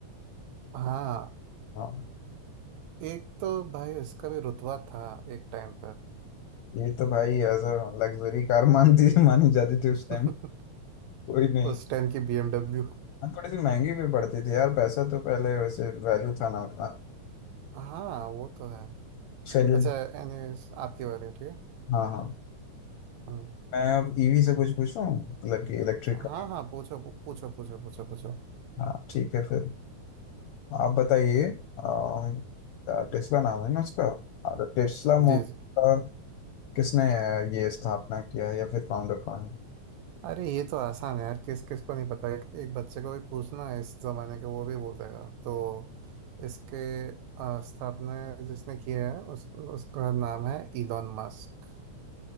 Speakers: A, on the right (about 80°); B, on the left (about 75°).
A: हाँ
B: हाँ
A: एक तो भाई उसका भी रुतबा था एक टाइम पर
B: ये तो भाई एज अ लग्जरी कार <laughs> मानती मानी जाती थी उस टाइम
A: <laughs>
B: कोई नहीं
A: उस टाइम की BMW
B: हाँ, थोड़ी सी महंगी भी पड़ती थी यार पैसा तो पहले वैसे वैल्यू था ना उतना
A: हाँ वो तो है
B: चलिए
A: अच्छा एनीवेज आपकी बारी है, ठीक है
B: हाँ हाँ
A: हम्म
B: मैं अब ईवी से कुछ पूछूं मतलब कि इलेक्ट्रिक
A: हाँ
B: का
A: हाँ पूछो पू- पूछो पूछो पूछो पूछो
B: हाँ ठीक है फिर आप बताइए अम, टेस्ला नाम है ना उसका और टेस्ला मो-
A: जी जी
B: का किसने अ, ये स्थापना किया है या फिर फाउंडर कौन है
A: अरे ये तो आसान है यार किस किस को नहीं पता एक एक बच्चे को भी पूछना इस जमाने के वो भी बोल देगा तो इसके अ, स्थापना जिसने किया है उस, उसका नाम है इलॉन मस्क